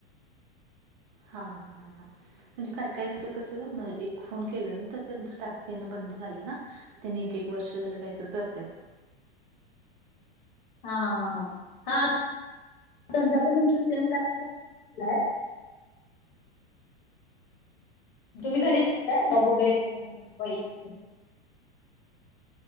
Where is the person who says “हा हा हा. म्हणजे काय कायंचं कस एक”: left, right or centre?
Right